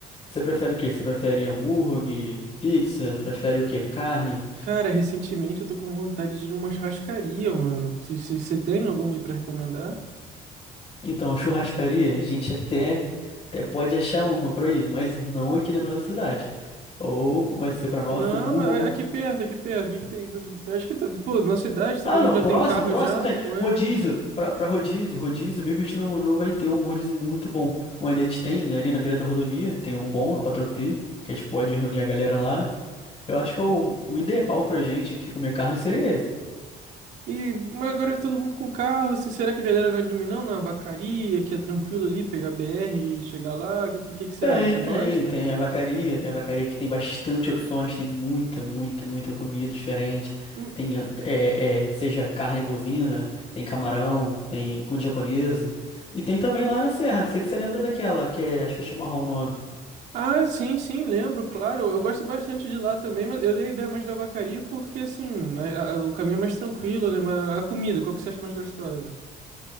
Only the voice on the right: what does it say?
Cara, recentemente eu tô com vontade de ir numa churrascaria, mano. Se se- você tem alguma aí pra recomendar?
Não,
mas a- aqui perto, aqui perto. O que que tem? Do- Acho que, tá- pô, na cidade todo
mundo
já
tem carro
já,
pô. é.
E mas agora é todo mundo com carro. se- Será que a galera não é anime não? Na vacaria, que é tranquilo ali, pegar BR e chegar lá? O que, que, que que você
acha? Você
gosta?
Hum,
Ah, sim, sim, lembro, claro. Eu gosto bastante de lá também, mas eu dei a ideia mais da vacaria porque, assim, a- a- o caminho é mais tranquilo, né? Mas a comida, qual que você acha mais gostosa?